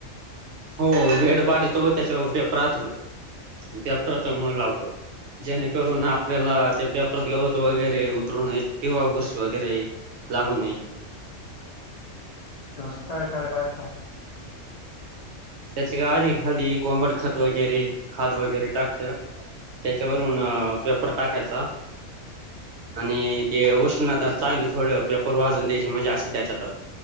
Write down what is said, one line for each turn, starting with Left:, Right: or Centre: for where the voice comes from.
Right: हो वेड पाडीतो व त्याच्यावर पेपर हातरतो. त्या प्रथम मग लावतो. जेणेकरून आपल्याला ते पेपरात गवत वगैरे उतरूनय किंवा बुरशी वगैरे लागू नये.
Left: स काय काय टाकता
Right: त्याच्या का आधी खाली कोंबट खत वगैरे खाद वगैरे टाकते. त्याच्यावरून पेपर टाकायचा. आणि ते उष्णता चांगली थोड पेपर वाजून द्यायची मजा अशी त्याच्यात